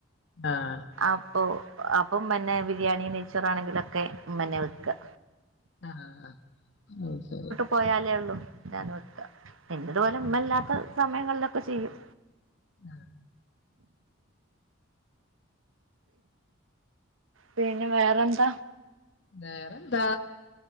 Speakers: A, on the left (about 60°); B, on the right (about 80°).
A: ആഹ്.
B: അപ്പൊ, അപ്പൊ ഇമ്മന്നെ, ബിരിയാണി, നെയ്ച്ചോറാണെങ്കിലൊക്കെ ഇമ്മന്നെ വെക്കാ.
A: ആഹ്, സ സ്റ്റഹ് ശെരി.
B: പോയാലെ ഒള്ളൂ ഞാൻവെക്കാ. പിന്നെ ഇതുപോലെ ഇമ്മല്ലാത്ത
A: ഉം
B: സമയങ്ങളിലൊക്കെ ചെയ്യും.
A: ആഹ്
B: പിന്നെ. വേറെന്താ?
A: വേറെന്താ.